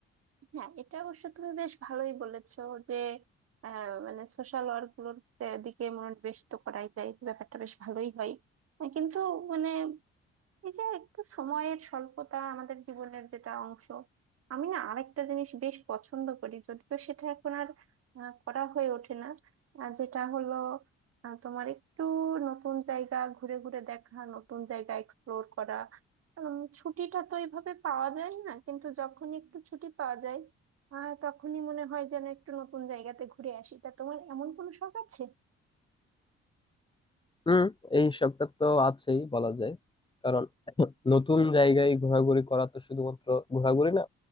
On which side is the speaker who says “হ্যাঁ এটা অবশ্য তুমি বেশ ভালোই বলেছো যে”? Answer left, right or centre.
Right